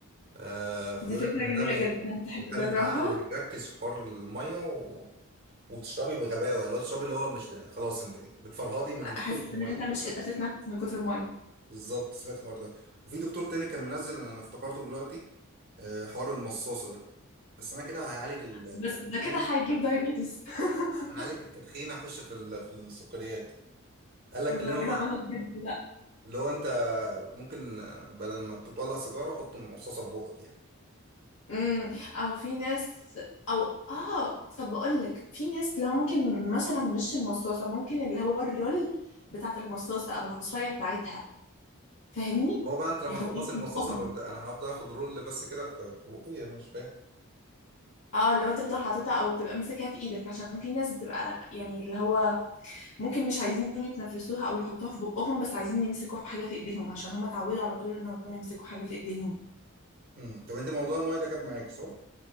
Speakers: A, on the right; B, on the left.
A: آه، فبيقول
B: دي فكرة
A: لك ان
B: جميلة
A: ده بي-
B: جدا تحب
A: بيخلي
B: تجربها
A: العقل يركز في حوار المايه و... وتشربي بغباوه اللي هو تشربي اللي هو مش خلاص انت بتفرهدي من <laughs>
B: حاسس
A: المايه
B: إن أنت مش قادر تتنفس من كتر المية
A: بالظبط سمعت الحوار ده وفي دكتور تاني كان منزل انا افتكرته دلوقتي آه، حوار المصاصه ده بس انا كده هعالج التدخين
B: بس ده كده هيجيب دايبيتس <laughs>
A: هعالج التدخين هخش في ال- في السكريات قال لك
B: فكده
A: اللي هو
B: غلط جدا
A: اللي هو انت ممكن بدل ما تطلع سيجاره حط مصاصه في بقك يعني
B: امم او في ناس او اه طب بقول لك في ناس لو ممكن مثلا مش المصاصه ممكن اللي هو الرول بتاعت المصاصه او العصايه بتاعتها فاهمني
A: هو بقى انت لما
B: يحطوها
A: تخلصي
B: في
A: المصاصه
B: بقهم
A: يبقى انا هفضل اخد رول بس كده في في بقي انا مش فاهم
B: اه اللي هو تفضل حاططها او تبقى ماسكها في ايدك عشان في ناس بتبقى يعني اللي هو ممكن مش عايزين يتنفسوها او يحطوها في بقهم بس عايزين يمسكوا حاجه في ايديهم عشان هم اتعودوا على طول ان هم يمسكوا حاجه في ايديهم
A: امم طب انت موضوع المايه ده جاب معاك صح